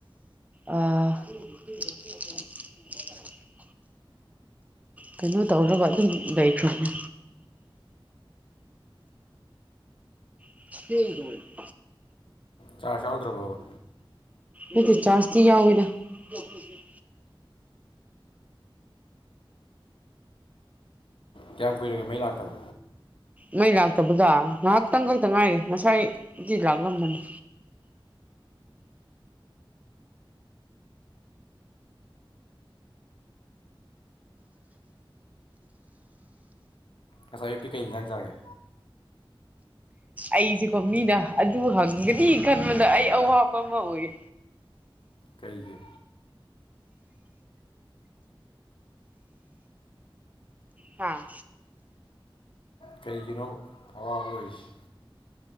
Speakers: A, on the right (about 15°); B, on the left (about 70°).
A: ꯑꯥ <unintelligible> ꯀꯩꯅꯣ ꯇꯧꯔꯒ ꯑꯗꯨꯝ ꯂꯩꯩꯈ꯭ꯔꯕꯅꯦ <unintelligible>
B: ꯆꯥꯔꯁ ꯌꯥꯎꯗ꯭ꯔꯕꫭꯕꯥ
A: ꯑꯩꯗꯤ ꯆꯥꯔꯁꯇꯤ ꯌꯥꯎꯋꯤꯗ <unintelligible>
B: ꯀꯌꯥꯝ ꯀꯨꯏꯔꯒꯦ ꯃꯩ ꯂꯥꯛꯇꯕ
A: ꯃꯩ ꯂꯥꯛꯇꯕꯗꯣ ꯉꯥꯏꯍꯥꯛꯇꯪ ꯈꯛꯇ ꯉꯥꯏꯔꯤ ꯉꯁꯥꯏꯗꯤ ꯂꯥꯛꯂꯝꯕꯅꯤ
B: ꯉꯁꯥꯏ ꯑꯌꯨꯛꯇꯤ ꯀꯩ ꯏꯟꯖꯥꯡ ꯆꯥꯒ‌ꯦ
A: ꯑꯩꯖꯦꯀꯣ ꯃꯤꯅ ꯑꯗꯨ ꯍꯪꯒꯅꯤ ꯈꯟꯕꯗ ꯑꯩ ꯑꯋꯥꯕ ꯑꯃ ꯑꯣꯏꯌꯦ
B: ꯀꯩꯒꯤ
A: ꯍꯥꯥ
B: ꯀꯩꯒꯤꯅꯣ ꯑꯋꯥꯕ ꯑꯣꯏꯔꯤꯁꯤ